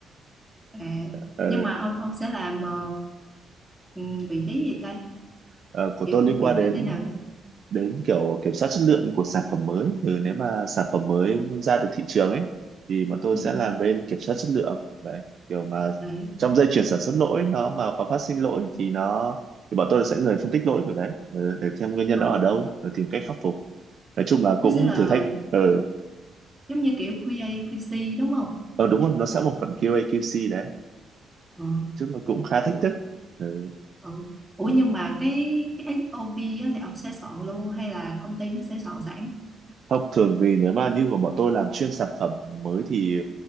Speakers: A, in the centre; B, on the right (about 55°).
A: À,
B: Ờ,
A: nhưng mà ông ông sẽ làm ờ, ừ, vị trí gì ta?
B: ờ, của
A: Kiểu
B: tôi liên
A: công việc
B: quan đến
A: như thế nào ta?
B: đến kiểu kiểm soát chất lượng của sản phẩm mới ừ, nếu mà sản phẩm mới ra được thị trường ấy thì bọn tôi
A: Ừ,
B: sẽ làm bên kiểm soát chất lượng đấy kiểu mà
A: đấy.
B: trong dây chuyền sản xuất lỗi nó mà có phát sinh lỗi thì nó thì bọn tôi sẽ người phân tích lỗi của đấy ừ, để xem nguyên nhân
A: Ờ,
B: đó ở đâu rồi tìm cách khắc phục nói chung là
A: nó
B: cũng
A: sẽ là
B: thử thách Ờ ừ,
A: giống như kiểu QA, QC đúng không?
B: ờ đúng rồi nó sẽ một phần QA QC đấy
A: Ờ,
B: chứ nó cũng khá thách
A: ủa,
B: thức ừ.
A: ờ. Ủa nhưng mà cái, cái SOP á, thì ông sẽ soạn luôn hay là công ty nó sẽ soạn sẵn?
B: Không, thường thì nếu mà như của bọn tôi làm chuyên sản phẩm mới thì